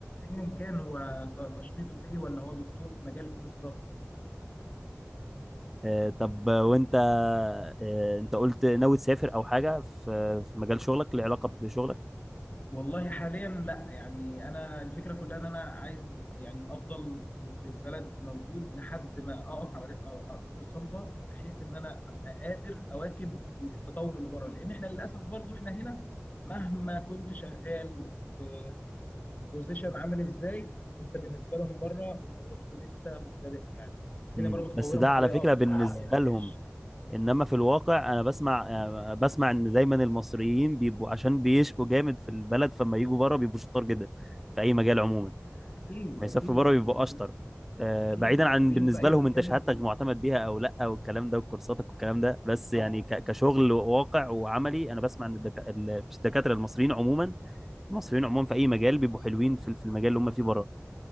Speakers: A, on the left; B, in the centre.
A: ايا كان هو ت- تشخيصه ايه ولا هو دكتور في مجال ايه بالظبط
B: آه، طب وانت آه، انت قلت ناوي تسافر او حاجه في في مجال شغلك له علاقه بشغلك
A: والله حاليا لا يعني انا الفكره كلها ان انا عايز يعني افضل في, في البلد موجود لحد ما اقف على رق- على ارض صلبه بحيث ان انا ابقى قادر اواكب التطور اللي بره لان احنا للاسف برضو احنا هنا مهما كنت شغال في في بوزيشن عامل ازاي انت بالنسبه لهم بره انت برضو لسه مبتدئ يعني الدنيا
B: مم.
A: بره متطوره
B: بس ده
A: بطريقه
B: على فكره
A: ما
B: بالنسبه
A: تتخيلهاش
B: لهم انما في الواقع انا بسمع آه، بسمع ان دايما المصريين بيبقوا عشان بيشقوا جامد في البلد فما يجوا بره بيبقوا شطار جدا في اي مجال عموما
A: اكيد
B: ما
A: اكيد
B: يسافروا بره
A: المصري
B: بيبقوا اشطر آه،
A: اكيد
B: بعيدا
A: المصريين
B: عن بالنسبه
A: في اي
B: لهم
A: مكان
B: انت شهادتك معتمد بيها او لا والكلام ده وكورساتك والكلام ده بس يعني
A: حصل
B: ك- كشغل واقع وعملي انا بسمع ان الدكا... ال- مش الدكاتره المصريين عموما المصريين عموما في اي مجال بيبقوا حلوين في في المجال اللي هم فيه بره